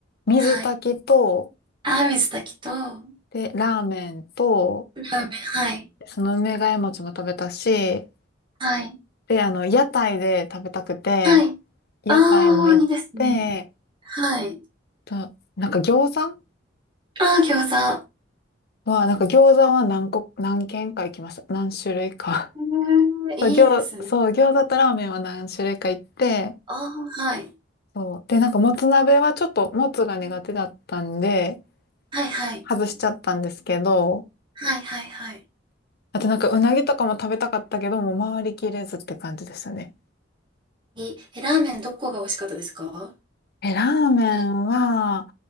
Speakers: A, on the left (about 55°); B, on the right (about 25°).
A: 水炊きと、
B: はい。あ、水炊きと、ラー
A: で、ラーメンと、
B: メン。はい。
A: その梅ヶ枝餅も食べたし、
B: はい。
A: で、あの、屋台で食べたくて、
B: はい。
A: 屋台も行って、
B: ああ、いいですね。はい。
A: と、なんか餃子
B: ああ、餃子。
A: は、なんか餃子は何個、何軒か行きました。何種類か。
B: えー、
A: <laughs> そう、
B: いいですね。
A: 餃、そう、餃子とラーメンは何種類か行って、
B: ああ、はい。
A: そう。で、なんか、もつ鍋はちょっと、もつが苦手だったんで、
B: うんはい、はい。
A: 外しちゃったんですけど、
B: はいはいはい。
A: あとなんか、うなぎとかも食べたかったけど、もう回りきれずって感じでしたね。
B: いいえ、ラーメンどこが美味しかったですか
A: え、ラーメンは、
B: え